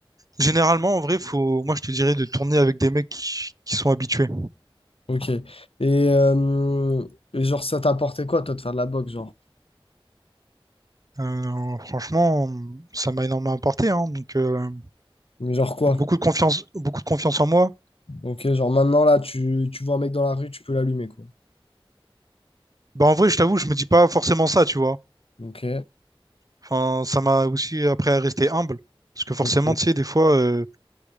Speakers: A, on the right; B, on the left.
A: généralement, en vrai, faut, moi, je te dirais de tourner avec des mecs qui, qui sont habitués.
B: Ok. Et, euh, et genre, ça t'a apporté quoi, toi, de faire de la boxe, genre?
A: Euh, franchement, ça m'a énormément apporté, hein, donc euh,
B: Mais genre quoi?
A: beaucoup de confiance, beaucoup de confiance en moi.
B: Ok, genre maintenant, là, tu, tu vois un mec dans la rue, tu peux l'allumer, quoi.
A: Bah, en vrai, je t'avoue, je me dis pas forcément ça, tu vois.
B: Ok.
A: Enfin, ça m'a aussi appris à rester humble. Parce que forcément,
B: Ok,
A: tu sais, des fois, euh,